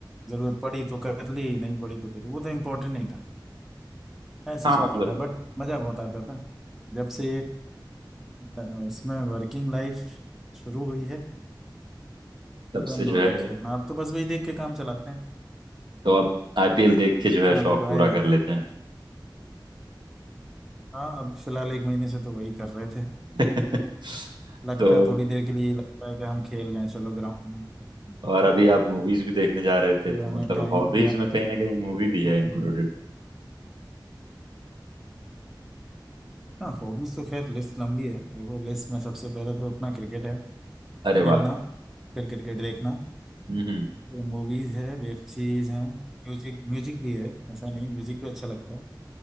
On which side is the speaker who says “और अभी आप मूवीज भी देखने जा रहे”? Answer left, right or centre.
Right